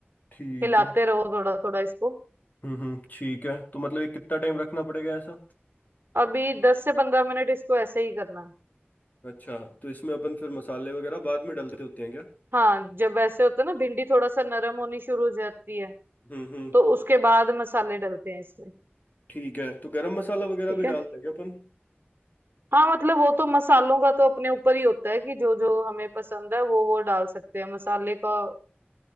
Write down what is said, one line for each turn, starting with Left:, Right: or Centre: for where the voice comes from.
Left: ठीक
Right: हिलाते
Left: है
Right: रहो थोड़ा थोड़ा इसको
Left: हम्म हम्म ठीक है तो मतलब ये कितना टाइम रखना पड़ेगा ऐसा
Right: अभी दस से पंद्रह मिनट इसको ऐसे ही करना है
Left: अच्छा तो इसमें अपन फिर मसाले वगैरह बाद में डालते होते हैं क्या
Right: हाँ जब ऐसे होता है ना भिंडी थोड़ा सा नरम होनी शुरू हो जाती है
Left: हम्म हम्म
Right: तो उसके बाद मसाले डलते हैं इसमें
Left: ठीक है तो गरम मसाला वगैरह
Right: ठीक
Left: भी डालते
Right: है
Left: हैं क्या अपन
Right: हाँ मतलब वो तो मसालों का तो अपने ऊपर ही होता है कि जो जो हमें पसंद है वो वो डाल सकते हैं मसाले का